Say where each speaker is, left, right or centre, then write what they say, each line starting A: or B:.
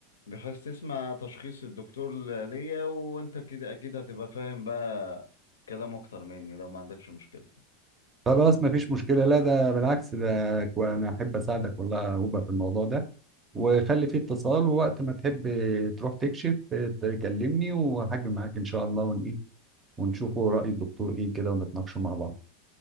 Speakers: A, on the left; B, on the right.
A: بحيث تسمع تشخيص الدكتور ليا وانت كده اكيد هتبقى فاهم بقى كلام اكتر مني لو ما عندكش مشكلة
B: خلاص مفيش مشكلة لا ده بالعكس ده كو- أنا أحب أساعدك والله يا هوبا في الموضوع ده وخلي فيه اتصال ووقت ما تحب تروح تكشف تكلمني وهاجي معاك إن شاء الله ون إيه ونشوفه رأي الدكتور إيه كده ونتناقشوا مع بعض